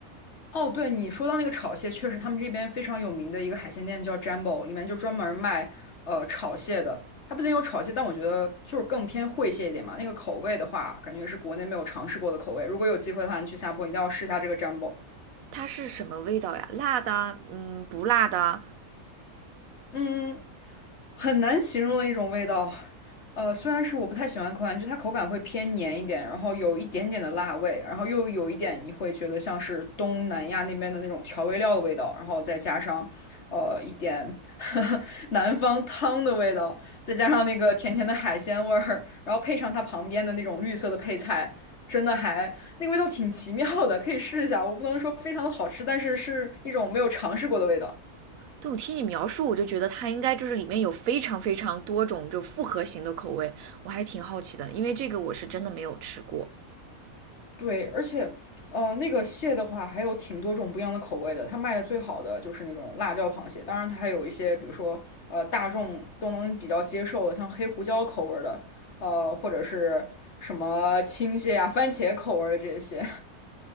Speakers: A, on the left; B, on the right.
A: 哦，对，你说到那个炒蟹，确实他们这边非常有名的一个海鲜店叫 Jumbo，里面就专门卖呃炒蟹的。它不仅有炒蟹，但我觉得就是更偏烩蟹一点嘛。那个口味的话，感觉是国内没有尝试过的口味。如果有机会的话，你去下坡一定要试一下这个 Jumbo。
B: 它是什么味道呀？辣的啊，嗯，不辣的啊，
A: 嗯，很难形容的一种味道。呃，虽然是我不太喜欢口感，就它口感会偏黏一点，然后有一点点的辣味，然后又有一点你会觉得像是东南亚那边的那种调味料的味道，然后再加上呃一点 <laughs> 南方汤的味道，再加上那个甜甜的海鲜味儿，然后配上它旁边的那种绿色的配菜，真的还那个味道挺奇妙的，可以试一下。我不能说非常的好吃，但是是一种没有尝试过的味道。
B: 对，我听你描述，我就觉得它应该就是里面有非常非常多种就复合型的口味，我还挺好奇的，因为这个我是真的没有吃过。
A: 对，而且，呃，那个蟹的话，还有挺多种不一样的口味的。它卖的最好的就是那种辣椒螃蟹，当然它还有一些，比如说，呃，大众都能比较接受的，像黑胡椒口味儿的，呃，或者是什么青蟹啊、番茄口味儿的这些。<laughs>